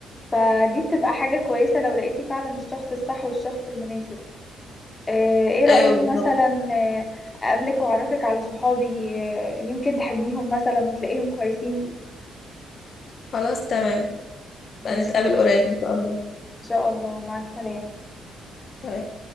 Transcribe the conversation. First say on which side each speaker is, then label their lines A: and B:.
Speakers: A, on the left (about 25°); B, on the left (about 55°).
A: فدي بتبقى حاجة كويسة لو لقيتي فعلا الشخص الصح والشخص المناسب آه، ايه رأيك
B: ايوه بالظبط
A: مثلا آه، اقابلك واعرفك على صحابي آه، يمكن تحبيهم مثلا وتلاقيهم كويسين
B: خلاص تمام
A: ماشي
B: بقى نتقابل قريب ان شاء الله
A: ان شاء الله مع السلامة
B: سلام